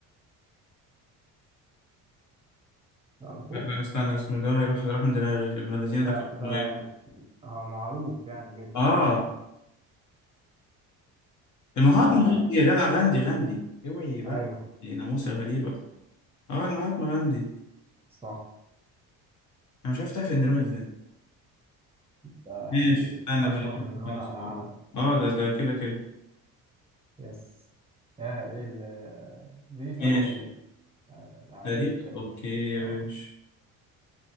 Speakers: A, on the right; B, on the left.
A: تعرفوه
B: لا لا استنى اسمه دماغي راح راح من دماغي ابن الذين
A: ده
B: ده كان
A: ده
B: اسمه ايه؟
A: يعني هو معروف يعني جدا
B: اه
A: بصراحه
B: المهاتما
A: فا
B: غاندي يا جدع غاندي غاندي اوعي بقى
A: ايوه
B: دي ناموسة غريبة اه المهاتما غاندي
A: صح
B: انا مش عارف تحت دماغي ازاي
A: ده يعني
B: ماشي استنى
A: اشهر
B: بقى اشوف
A: من
B: مكان
A: نار
B: السؤال
A: على علم
B: اه ده ده كده كده
A: يس اه ايه ال دي سؤال
B: ماشي
A: تاريخ تعال- تعالى
B: تاريخ
A: لي في التاريخ
B: اوكي يا
A: اه
B: باشا